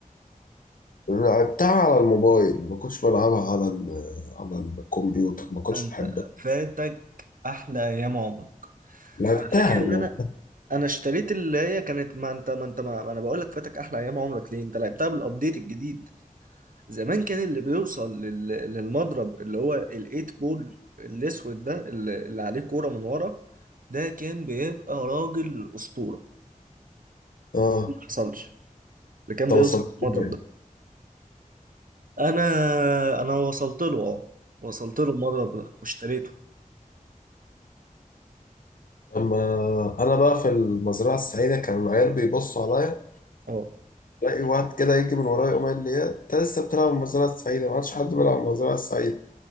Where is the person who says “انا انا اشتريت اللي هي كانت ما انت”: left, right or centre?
Right